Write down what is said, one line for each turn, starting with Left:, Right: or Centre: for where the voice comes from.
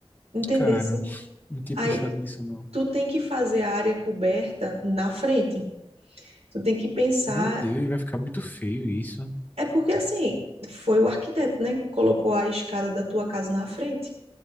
Right: Entendesse?
Left: cara, não tinha
Right: Aí
Left: pensado nisso, não.
Right: tu tem que fazer a área coberta na frente. Tu tem que pensar,
Left: Meu Deus, vai ficar muito feio isso.
Right: é porque assim, foi o arquiteto, né? Colocou a escada da tua casa na frente.